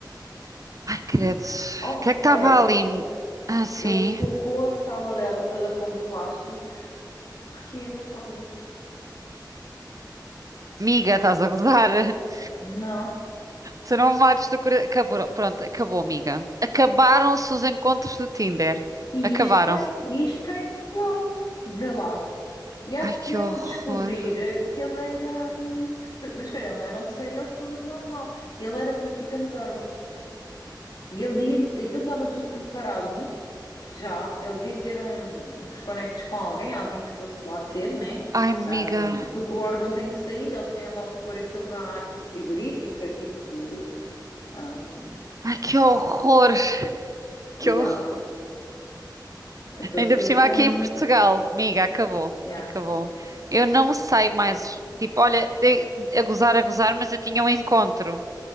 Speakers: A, on the right; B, on the left.
A: Ai, credo.
B: Ao
A: O que
B: que
A: é que estava
B: parece,
A: ali? Ah, sim.
B: ele forrou a sala dela toda com plásticos porque ia matá-la.
A: Miga, estás
B: Yeah.
A: a gozar? <laughs>
B: Não.
A: Tu não me mates do coração. Acabou. Pronto, acabou, miga. Acabaram-se os encontros do Tinder.
B: E
A: Acabaram.
B: isto cá, em- e isto cá em Portugal, vê lá. E acho
A: Ai,
B: que
A: que
B: vieram
A: horror.
B: a descobrir eh, que ele era. hum, Mas espera, ele não era um serial killer normal. Ele era traficante de órgãos. E ele, ia-lhe- aquilo estava tudo preparado já. Ele devia ter um, uns conectos com alguém, alguém que fosse lá ter, né?
A: Ai, miga.
B: Hum, porque o órgão tem que sair, eles têm logo que pôr aquilo na arca frigorífica, tipo. hum,
A: Ai, que horror. <laughs> Que
B: yeah.
A: horror.
B: Então
A: Ainda
B: aquilo
A: por cima
B: foi
A: aqui
B: mesmo.
A: em Portugal. Miga, acabou.
B: Yeah.
A: Acabou. Eu não saio mais. Tipo, olha, de- a gozar, a gozar, mas eu tinha um encontro.